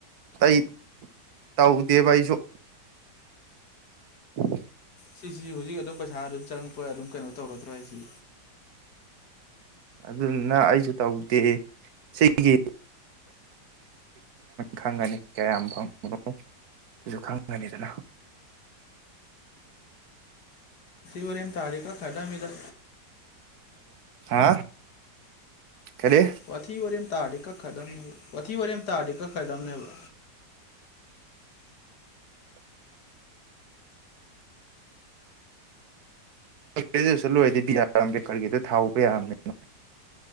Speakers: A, on the right; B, on the left.
A: ꯑꯩ ꯇꯧꯗꯦꯕ ꯑꯩꯁꯨ ꯎꯝ
B: ꯁꯤꯁꯤ ꯍꯧꯖꯤꯛ ꯑꯗꯨꯝ ꯄꯩꯁꯥ ꯑꯗꯨꯝ ꯆꯪꯉꯛꯄ ꯑꯗꯨꯝ ꯀꯩꯅꯣ ꯇꯧꯔꯗ꯭ꯔꯣ ꯍꯥꯏꯁꯤ
A: ꯑꯗꯨꯅ ꯑꯩꯁꯨ ꯇꯧꯗꯦ ꯁꯤꯒꯤ ꯈꯪꯒꯅꯤ ꯀꯌꯥꯝ ꯐꯪꯕꯅꯣ ꯑꯗꯨꯁꯨ ꯈꯪꯒꯅꯤꯗꯅ
B: ꯋꯥꯔꯤ ꯌꯥꯝꯅ ꯇꯥꯔ ꯀꯥ ꯈꯥꯗ ꯃꯤꯗ
A: ꯍꯥ ꯀꯔꯤ
B: ꯑꯊꯤ ꯑꯣꯏꯔꯝ ꯇꯥ ꯀ ꯀꯗꯝꯅꯦꯕ ꯋꯥꯊꯤ ꯋꯥꯔꯤ ꯑꯃ ꯇꯥꯔꯗꯤ ꯀꯛꯈ꯭ꯔꯗꯕꯅꯦꯕ
A: ꯒ꯭ꯔꯦꯖꯨꯑꯦꯁꯟ ꯂꯣꯏꯔꯗꯤ ꯕꯤ ꯑꯥꯔ ꯑꯝꯕꯦꯗꯀꯔꯒꯤꯗ ꯊꯥꯎꯧꯕ ꯌꯥꯕꯅꯤꯅ